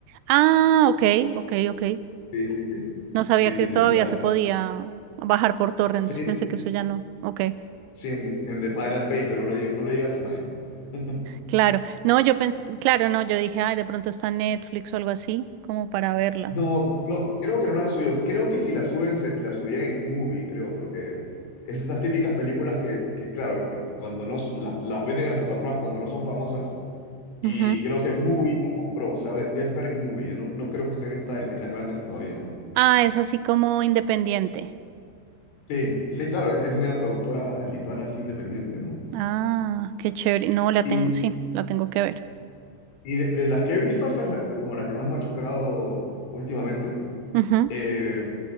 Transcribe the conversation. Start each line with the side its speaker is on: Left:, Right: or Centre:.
Right: Ah, ok, ok, ok.
Left: Sí, sí, sí.
Right: No sabía
Left: Sí,
Right: que
Left: sí,
Right: todavía
Left: sí, esa la...
Right: se podía bajar por torrents.
Left: Sí,
Right: Pensé que eso ya no. Ok,
Left: sí, en, en The Pirate Bay, pero no le, diga- no le digas a nadie. <laughs>
Right: claro. No, yo pensé, claro, no, yo dije, ay, de pronto está en Netflix o algo así, como para verla.
Left: No, no, creo que no la han subido. Creo que si la suben, se- la subirían en Movie, creo, porque es estas típicas películas que, que, claro, cuando no s- las las venden en las plataformas cuando no son famosas. Y
Right: Ujú.
Left: creo que Movie la compró, o sea, de- debe estar en Movie. Yo no, no creo que esté en, esta, en las grandes todavía, ¿no?
Right: Ah, es así como independiente.
Left: Sí, sí, claro, es es una productora lituana así independiente, ¿no?
Right: Ah, qué chévere. No, la
Left: Y,
Right: tengo, sí, la tengo que ver.
Left: y de, de las que he visto, esa es la- como la que más me ha chocado últimamente.
Right: Ujú.
Left: Eh,